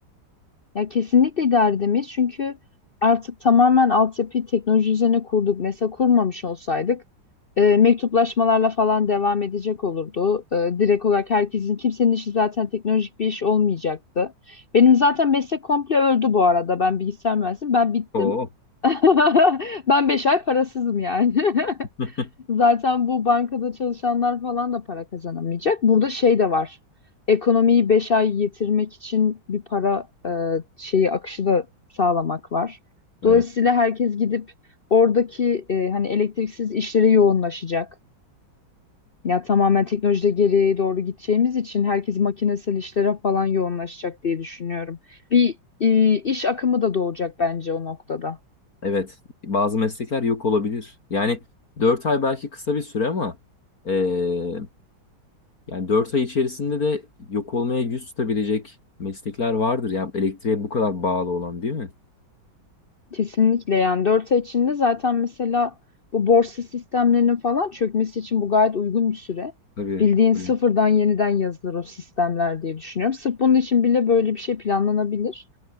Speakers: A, on the left; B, on the left.
A: Ya kesinlikle idare edemeyiz çünkü artık tamamen altyapıyı teknoloji üzerine kurduk. Mesela kurmamış olsaydık e, mektuplaşmalarla falan devam edecek olurdu. E, direkt olarak herkesin, kimsenin işi zaten teknolojik bir iş olmayacaktı. Benim zaten meslek komple öldü bu arada. Ben bilgisayar mühendisiyim, ben bittim.
B: Oo.
A: <laughs> Ben 5 ay parasızım yani.
B: <laughs>
A: <laughs> Zaten bu bankada çalışanlar falan da para kazanamayacak. Burada şey de var. Ekonomiyi 5 ay yetirmek için bir para e, şeyi akışı da sağlamak var. Dolayısıyla
B: Evet.
A: herkes gidip oradaki e, hani elektriksiz işlere yoğunlaşacak. Ya tamamen teknolojide geriye doğru gideceğimiz için herkes makinesel işlere falan yoğunlaşacak diye düşünüyorum. Bir e, iş akımı da doğacak bence o noktada.
B: Evet. Bazı meslekler yok olabilir. Yani 4 ay belki kısa bir süre ama eee, yani 4 ay içerisinde de yok olmaya yüz tutabilecek meslekler vardır. Yani elektriğe bu kadar bağlı olan değil mi?
A: Kesinlikle yani 4 ay içinde zaten mesela bu borsa sistemlerinin falan çökmesi için bu gayet uygun bir süre.
B: Tabii.
A: Bildiğin
B: tabii.
A: sıfırdan yeniden yazılır o sistemler diye düşünüyorum. Sırf bunun için bile böyle bir şey planlanabilir.